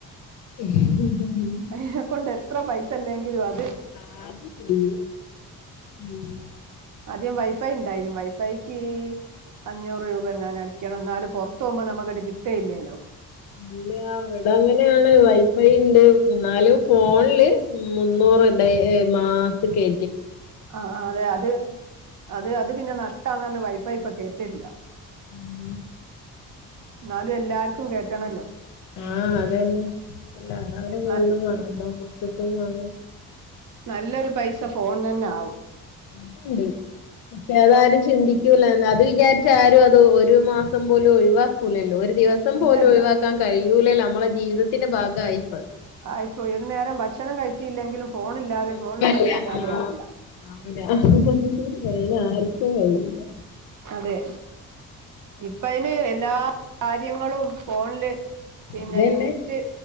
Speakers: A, on the left (about 75°); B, on the right (about 55°).
A: <unintelligible>
B: അയിനെക്കൊണ്ട് എത്ര പൈസല്ലെങ്കിലും അ
A: ആ അത് ചെയ്യും ഉം.
B: ആദ്യം വൈഫൈണ്ടായിനൂ വൈഫൈക്ക് അഞ്ഞൂറ് രൂപ എങ്ങാനടക്ക ക്കണം ന്നാലും പൊറത്തോമ്പോ നമ്മക്കത് കിട്ടേല്ലേല്ലോ.
A: ഇല്ല വ്ടെങ്ങെനേണ് വൈഫൈണ്ട് ന്നാലും ഫോൺല് മുന്നൂറ് ഇടയ് മാസ കേ
B: ആ അതെ അത് അത് അത് പിന്നെ നഷ്ടാന്നറഞ്ഞ് വൈഫൈപ്പൊ കേറ്റല്ല.
A: ഉം.
B: ന്നാലും എല്ലാർക്കും കേറ്റണല്ലോ.
A: ആ അതന്നെ എല്ലാരെ ഫോണിലും
B: നൽ
A: വാണല്ലോ
B: ഉം
A: മക്കക്കും വാണം.
B: നല്ലൊരു പൈസ ഫോൺനെന്നാവും.
A: അത്ണ്ട്. പക്ഷേ അതാരും ചിന്തിക്കൂല അത് വിചാരിച്ചാരും അത് ഒരു മാസം പോലും ഒഴിവാക്കൂലല്ലോ ഒര് ദിവസം
B: ഇല്ലല്ല
A: പോലും ഒഴിവാക്കാൻ കഴിയ്യൂലേലോ അമ്മളെ ജീവിതത്തിന്റെ ഭാഗായിപ്പോ
B: ആ ഇപ്പോ ഒര് നേരം ഭക്ഷണം കഴിച്ചില്ലെങ്കിലും ഫോണില്ലാതെ
A: കൊഴപ്പല്ല
B: ഫോണില് പൈസ ഇല്ലാതെ
A: ആ.
B: ആവൂല
A: <unintelligible> ആർക്കും കയ്യൂല.
B: അതെ. ഇപ്പ അയിന് എല്ലാ കാര്യങ്ങളും ഫോൺല് പിന്നെ
A: അതന്നെ
B: ഈ നെറ്റ്